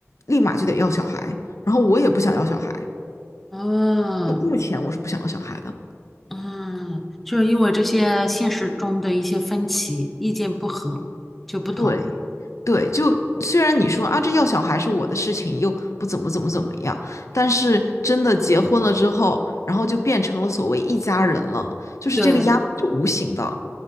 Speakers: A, on the left; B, in the centre.
A: 立马就得要小孩，然后我也不想要小孩，
B: 啊
A: 就目前我是不想要小孩的。
B: 啊，就是因为这些现实中的一些分歧、意见不合就不同。
A: 对，对，就虽然你说啊，这要小孩是我的事情，又不怎么怎么怎么样，但是真的结婚了之后，然后就变成了所谓一家人了，就是这个压力是无形的，
B: 对